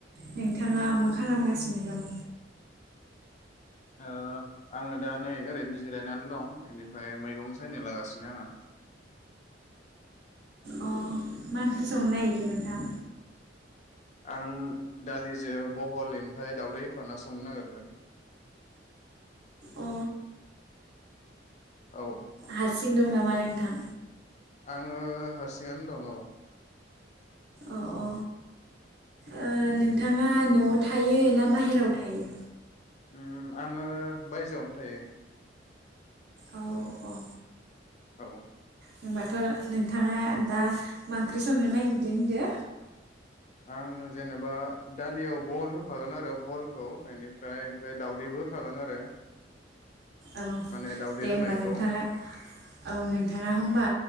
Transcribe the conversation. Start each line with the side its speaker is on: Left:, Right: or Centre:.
Right: नोंथाङा मा खालामगासिनो दं?
Left: ओ आङो दा नै ओरैनो जिरायनानै दं इनिफ्राय मैगं सायनो लागासिनो आं।
Right: अ मा ओंख्रि संनो नागिरदों नोंथां।
Left: आं दालिजों बहल इनिफाय दावदै होफाना संनो नागिरदों।
Right: अ
Left: औ।
Right: हारसिं दं नामा नोंथां?
Left: आङो हारसिङनो दङ औ।
Right: अ अ। ओ नोंथाङा न'आव थायो ना बाहेराव थायो?
Left: उम आङो बायजोआवनो थायो।
Right: औ अ।
Left: औ।
Right: होनबाथ' नोंथाङा दा मा ओंख्रि संनो नागिरदो होनदो?
Left: आं जेनेबा दालियाव बहल होफागोन आरो बहलखौ एनिफ्राय ओमफाय दावदैबो होफागोन आरो।
Right: औ
Left: माने दावदै
Right: दे
Left: रुनायखौ
Right: होमबा नोंथाङा औ नोंथाङा होनबा।